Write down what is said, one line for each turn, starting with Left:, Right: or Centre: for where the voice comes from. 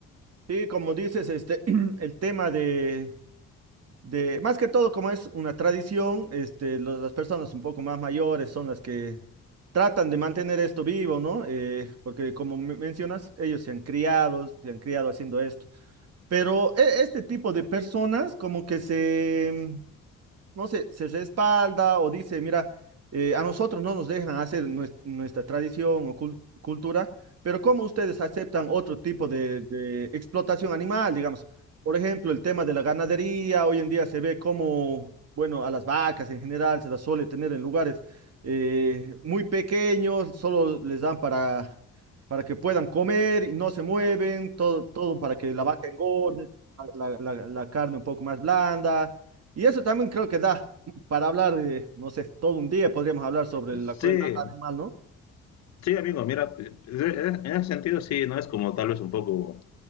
Right: Sí, como dices, este, <clears throat> el tema de de, más que todo, como es una tradición, este, lo- las personas un poco más mayores son las que tratan de mantener esto vivo, ¿no? Eh, porque como me- mencionas, ellos se han criado, se han criado haciendo esto. Pero e- este tipo de personas como que se, no sé, se respalda o dice, mira, eh, a nosotros no nos dejan hacer nues- nuestra tradición o cul- cultura, pero ¿cómo ustedes aceptan otro tipo de, de explotación animal, digamos? Por ejemplo, el tema de la ganadería, hoy en día se ve como, bueno, a las vacas en general se las suele tener en lugares eh, muy pequeños, solo les dan para... para que puedan comer y no se mueven, todo, todo para que la vaca engorde, la la- la- la carne un poco más blanda, y eso también creo que da para hablar, eh, no sé, todo un día podríamos hablar sobre
Left: Sí,
Right: la crueldad animal, ¿no?
Left: sí, amigo, mira, en ese sentido sí, no es como tal vez un poco,